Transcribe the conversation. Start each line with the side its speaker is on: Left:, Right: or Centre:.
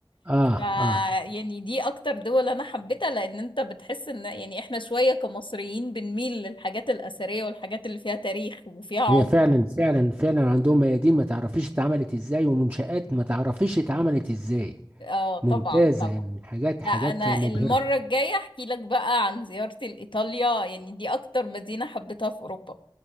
Right: آه
Left: ف-
Right: آه
Left: يعني دي اكتر دول انا حبيتها لان انت بتحس ان يعني احنا شوية كمصريين بنميل للحاجات الاثرية والحاجات اللي فيها تاريخ وفيها عمق
Right: هي فعلا فعلا فعلا عندهم ميادين ما تعرفيش اتعملت ازاي ومنشآت ما تعرفيش اتعملت ازاي
Left: اه طبعا
Right: ممتازة
Left: طبعا
Right: يعني حاجات حاجات
Left: لا انا
Right: مبهرة
Left: المرة الجاية احكي لك بقى عن زيارتي لايطاليا يعني دي اكتر مدينة حبيتها في اوروبا